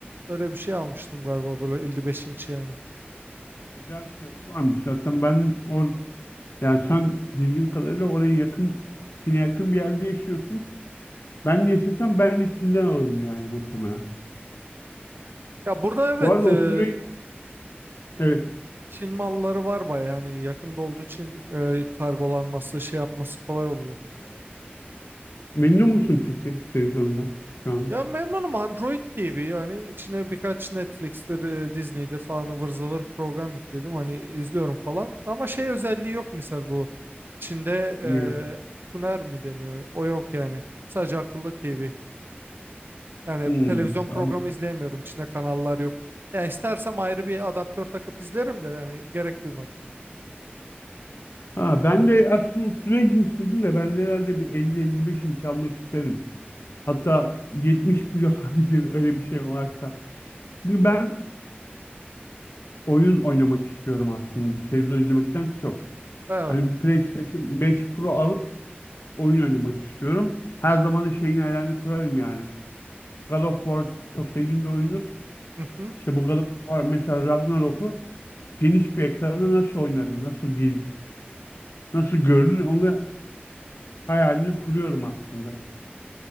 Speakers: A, on the right; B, on the left.
A: Öyle bir şey almıştım galiba böyle 55 inç yani.
B: Güzel fiyatı varmış. Zaten ben or yani sen bildiğim kadarıyla oraya yakın Çin'e yakın bir yerde yaşıyorsun. Ben yaşasam ben de Çin'den alırım yani muhtemelen.
A: Ya burada evet
B: Bu arada
A: e,
B: 35 evet
A: Çin malları var baya yani yakında olduğu için e, kargolanması şey yapması kolay oluyor.
B: memnun musun peki televizyondan şu anda?
A: Ya memnunum Android TV yani içine birkaç Netflix'tir, e, Disney'dir falan ıvır zıvır program yükledim hani izliyorum falan. Ama şey özelliği yok misal bu Çin'de
B: Evet.
A: e, tuner mi deniyor o yok yani sadece akıllı TV. Yani
B: Hmm.
A: televizyon programı
B: Al-
A: izleyemiyorum. İçinde kanallar yok. Ya istersem ayrı bir adaptör takıp izlerim de yani gerek duymadım.
B: Ha, ben de aslında 35 inç dedim de ben de herhalde bir 50-55 inç almak isterim. Hatta 70 bile olabilir öyle bir şey varsa. Çünkü ben oyun oynamak istiyorum aslında televizyon izlemekten çok.
A: Evet.
B: Hani PlayStation 5 Pro alıp oyun oynamak istiyorum. Her zaman da şeyin hayalini kurarım yani. God of War çok sevdiğim bir oyundur.
A: Hı hı.
B: İşte bu God of War mesela Ragnarok'u geniş bir ekranda nasıl oynarım, nasıl gelir, nasıl görünür onu hayalini kuruyorum aslında.